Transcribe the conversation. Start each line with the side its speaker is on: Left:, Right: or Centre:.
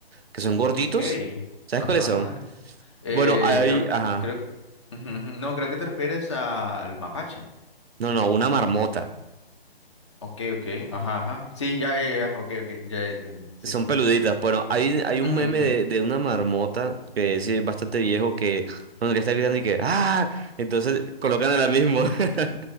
Right: que son gorditos,
Left: Ok.
Right: ¿sabes
Left: Ajá,
Right: cuáles son?
Left: ajá. Eh,
Right: Bueno, hay,
Left: creo, que-
Right: ajá,
Left: creo. ujú, ujú. No, creo que te refieres al mapache.
Right: no, no, una marmota.
Left: Ok, ok. Ajá, ajá. Sí, ya, ya, ya. Ok, ok. Ya, ya entendí. Sí,
Right: Son
Left: sí.
Right: peluditas. Bueno, hay, hay un
Left: Ujú,
Right: meme
Left: ujú.
Right: de, de una marmota que es eh, bastante viejo que cuando le está gritando y que ¡Ah! Entonces colocan a la misma. <laughs>